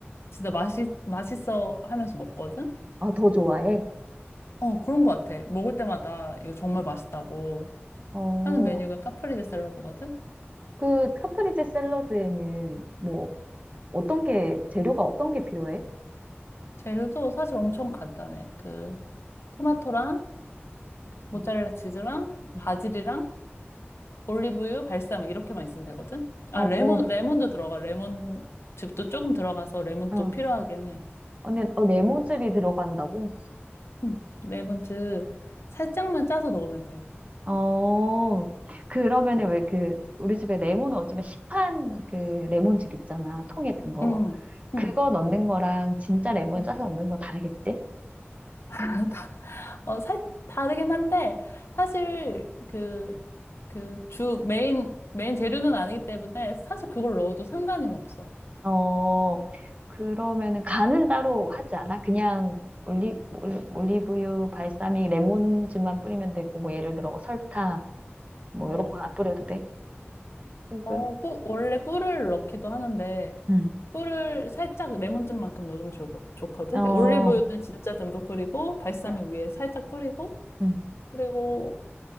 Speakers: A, on the left; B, on the right.
A: 진짜 맛이, 맛있어 하면서 먹거든?
B: 아, 더 좋아해?
A: 어, 그런 것 같아. 먹을 때마다 이거 정말 맛있다고
B: 어,
A: 하는 메뉴가 카프레제 샐러드거든?
B: 그 카프리제 샐러드에는 뭐 어떤 게, 재료가 어떤 게 필요해?
A: 재료도 사실 엄청 간단해. 그 토마토랑 모짜렐라
B: 음,
A: 치즈랑 바질이랑
B: 음.
A: 올리브유, 발사믹 이렇게만 있으면 되거든.
B: 어,
A: 아, 레몬 레몬도 들어가. 레몬 즙도 조금 들어가서 레몬도
B: 어.
A: 필요하긴 해.
B: 언니, 어, 레몬즙이 들어간다고?
A: 응. 레몬즙 살짝만 짜서 넣으면 돼.
B: 어, 그러면은 왜 그, 우리 집에 레몬은 어쩌면 시판 그 레몬즙 있잖아. 통에 든 거.
A: 응.
B: 그거
A: 응.
B: 넣는 거랑 진짜 레몬
A: 어,
B: 짜서 넣는 거 다르겠지?
A: <laughs> 다- 어, 살 다르긴 한데 사실 그 그 주 메인 메인 재료는 아니기 때문에 사실 그걸 넣어도 상관은 없어.
B: 어, 그러면은 간은 따로 하지 않아? 그냥 올리, 올리- 올리브유, 발사믹, 레몬즙만 뿌리면 되고, 뭐 예를 들어 뭐 설탕, 뭐
A: 어.
B: 이런 건 안 뿌려도 돼? 소금.
A: 어, 꿀, 원래 꿀을 넣기도 하는데,
B: 응.
A: 꿀을 살짝 레몬즙만큼 넣어주면 좋, 좋거든.
B: 어,
A: 그러니까 올리브유는 진짜 듬뿍 뿌리고, 발사믹
B: 네.
A: 위에 살짝 뿌리고,
B: 응.
A: 그리고,